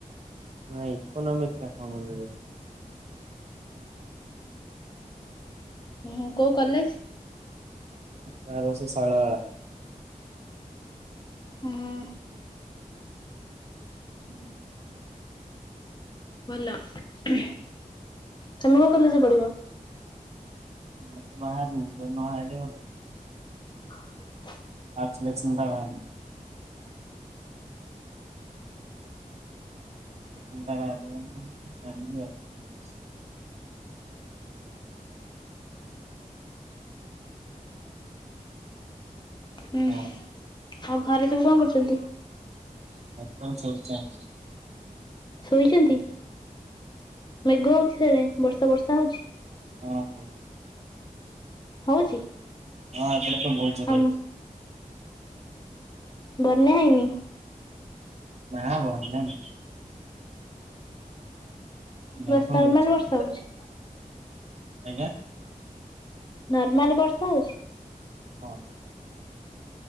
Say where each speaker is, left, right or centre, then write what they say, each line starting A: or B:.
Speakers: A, on the right (about 50°); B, on the left (about 30°).
A: ନାଁଇ ଇକୋନୋମିକ୍ ନା କଣରେ?
B: ହୁଁ କୋଉ କଲେଜ?
A: ତା ବସ ଶୈଳଵାଳା। ହ <unintelligible>
B: ହୁଁ ହୁଁ।
A: ହୁଁ।
B: ଭଲ ତମେ କୋଉ କଲେଜରେ ପଢିବ?
A: ମତେ ବାହାରନି ଜମା ବାହାରିବ।
B: ହଁ।
A: ଆର୍ ସିଲକସନ୍ ଟା ବାହାରିନି। <unintelligible>
B: ହୁଁ
A: ହଁ
B: ଆଉ ଘରେ ସବୁ କଣ କରୁଛନ୍ତି?
A: <inaudible>
B: ଶୋଇଛନ୍ତି ମେଘ ଉଠେଇଲାଣି ବର୍ଷା ବର୍ଷା ହଉଛି?
A: ହଁ ହଁ।
B: ହଉଛି।
A: ହଁ ଏପଟେ ତ ବହୁତ ଜୋର
B: ଆମ
A: ହେଇଛି।
B: ବନ୍ୟା ହେଇନି?
A: ନା ବନ୍ୟା ନାହିଁ।
B: <unintelligible>
A: ମେଘ
B: ନର୍ମାଲ
A: ବହୁତ ଜୋରେ।
B: ବର୍ଷା ହଉଛି।
A: ଆଜ୍ଞା।
B: ନର୍ମାଲ ବର୍ଷା ହଉଛି।
A: ହଁ।